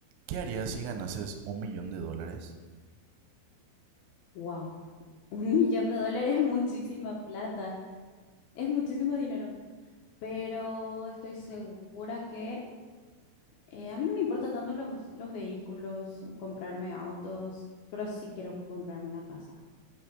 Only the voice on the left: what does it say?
Wow, un millón de dólares es muchísima plata, es muchísimo dinero, pero estoy segura que eh, a mí no me importa tanto los, los vehículos, comprarme autos, pero sí quiero comprarme una casa.